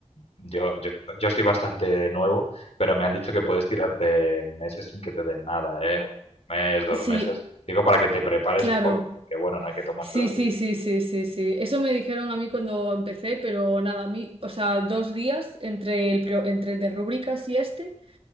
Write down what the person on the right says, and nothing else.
Sí,
claro.
Sí,
sí, sí, sí, sí, sí. Eso me dijeron a mí cuando empecé, pero nada, a mí, o sea, dos días entre el, pro- entre el de rúbricas y este,